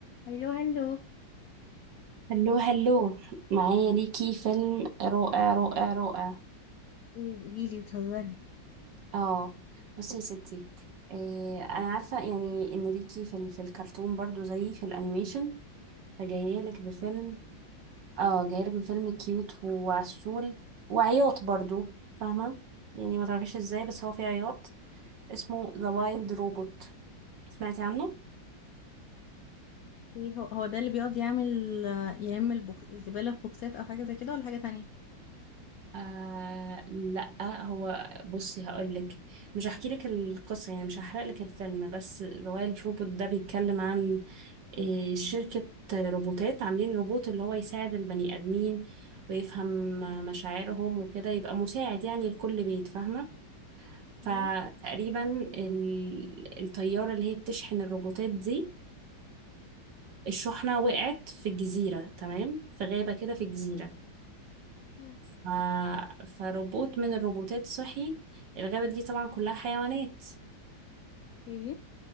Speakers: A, on the left; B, on the right.
A: هلو هلو
B: هلو هلو معايا ليكي فيلم رائع رائع رائع
A: ايه قوليلي بتهزري
B: اه بصي يا ستي إيه انا عارفه يعني ان ليكي في, ال- في الكرتون برضو زي في الانيميشن فجايه لك بفيلم اه جايه لك بفيلم كيوت وعسول وعياط برضو فاهمه يعني ما تعرفيش ازاي بس هو فيه عياط اسمه ذا وايلد روبوت سمعتي عنه
A: ايه هو هو ده اللي بيقعد يعمل آه، يلم البوك... الزبالة في بوكسات او حاجة زي كده ولا حاجة تانية
B: آه لا هو بصي هقولك مش هحكي لك القصة يعني مش هحرق لك الفيلم بس رويال روبوت ده بيتكلم عن آه، شركة روبوتات عاملين روبوت اللي هو يساعد البني آدمين ويفهم آه، مشاعرهم وكده يبقى مساعد يعني لكل بيت فاهمة فتقريبا
A: ايه
B: ال- الطيارة اللي هي بتشحن الروبوتات دي الشحنة وقعت في الجزيرة تمام في غابة كده في الجزيرة
A: مم.
B: ف... فروبوت من الروبوتات صحي الغابة دي طبعا كلها حيوانات
A: ايه